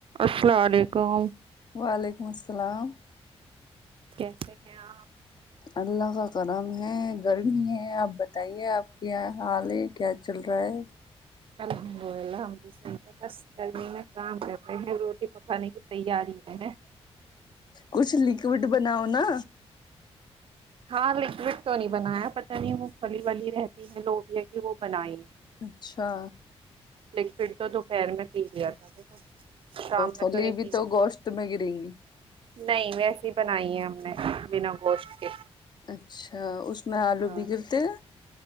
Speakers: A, on the right (about 55°); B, on the left (about 40°).
A: السلام علیکم
B: وعلیکم السلام
A: کیسے ہیں آپ
B: اللہ کا کرم ہے گرمی ہے آپ بتائیے آپ کیا حال ہے کیا چل رہا ہے
A: الحمد للہ بھی صحیح ہے بس گرمی میں کام کر رہے ہیں روٹی پکانے کی تییاری ہے ہے
B: کچھ لکوڈ بناؤ نا
A: ہاں لکوڈ تو نہیں بنایا پت نہیں وہ پھلی ولی رہتی ہے لوبیا کی وہ بنائی ہے
B: اچھا
A: لیک تو دوپہر میں پی لیا تھا ب شام میں
B: پھلی
A: تو نہیں
B: بھی
A: پی سکتے
B: گوشت میں گریں گی
A: نہیں ویسیے بنائی ہے ہم نے بنا گوش کے
B: اچھا اس اس میں آلو
A: ہاں
B: بگڑتے